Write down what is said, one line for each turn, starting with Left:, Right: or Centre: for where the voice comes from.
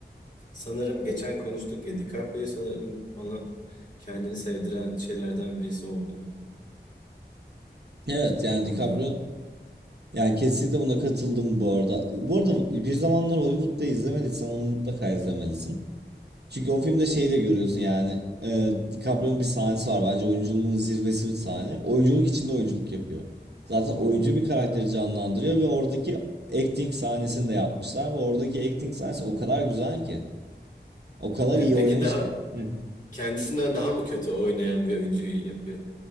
Left: sanırım geçen konuştuk ya DiCaprio sanırım bana kendini sevdiren şeylerden birisi oldu.
Right: Evet
Left: Yani
Right: yani
Left: orada
Right: DiCaprio yani kesinlikle buna katıldım bu arada. Bu arada bir zamanlar Hollywood'da izlemediysen onu mutlaka izlemelisin. Çünkü o filmde şeyi de görüyorsun yani. E, DiCaprio'nun bir sahnesi var. Bence oyunculuğun zirvesi bir sahne. Oyunculuk içinde oyunculuk yapıyor. Zaten oyuncu
Left: Hmm.
Right: bir karakteri canlandırıyor ve oradaki acting sahnesini de yapmışlar ve oradaki acting sahnesi o kadar güzel ki. O kadar
Left: E,
Right: iyi
Left: peki
Right: oynamış
Left: daha
Right: ki. Hı.
Left: kendisinden daha mı kötü oynayan bir oyuncuyu yapıyor?